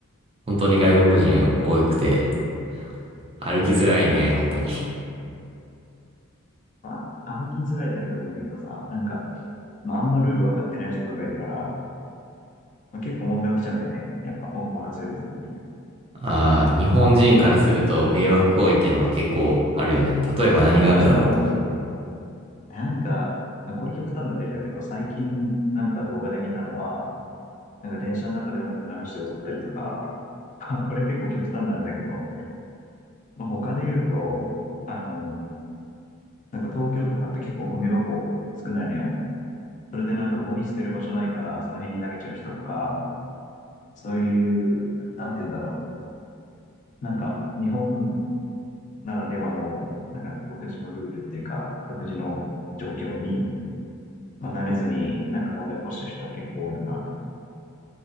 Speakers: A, on the right; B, on the left.
A: 本当に外国人多くて、歩きづらいね、本当に。
B: まあ、歩きづらいだけだといいんだけどさ、なんか、まああんまルール分かってない人とかいるから、まあ、結構問題起きちゃうんだよね。やっぱ、オーバーツーリズムって。
A: ああ、日本人からすると迷惑行為っていうのが結構あるよね。例えば何があるだろ
B: そう、なんか、これ極端な例だけど、最近なんか動画で見たのは、なんか電車の中で音楽流して踊ったりとか、<laughs> これ結構極端なあれだけど、まあ、他で言うと、あの、なんか東京とかって結構ゴミ箱少ないのよ。それでなんかゴミ捨てる場所ないからその辺に投げちゃう人とか、そういう、なんて言うんだろう。なんか日本ならではの、なんか独自のルールっていうか、独自の状況に、まあ、慣れずになんか問題を起こしてる人は結構多いのかなと思